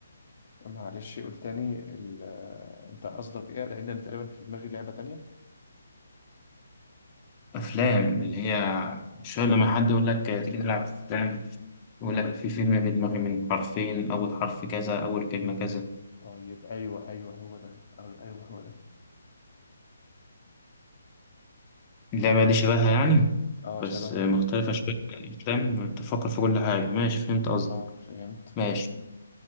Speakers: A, on the left; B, on the left.
A: معلش قول تاني ال... آه، أنت قصدك إيه لأن أنا تقريبا في دماغي لعبة تانية
B: أفلام اللي هي شوية لما حد يقول لك تيجي نلعب أفلام يقول لك في فيلم في دماغي من حرفين أول حرف كذا أول كلمة كذا
A: طيب أيوه أيوه هو ده أو أيوه هو ده
B: اللعبة دي شبهها يعني
A: أه
B: بس
A: شبهها
B: مختلفة
A: كده
B: شوية الأفلام تفكر في كل حاجة ماشي فهمت قصدك
A: أه فهمت
B: ماشي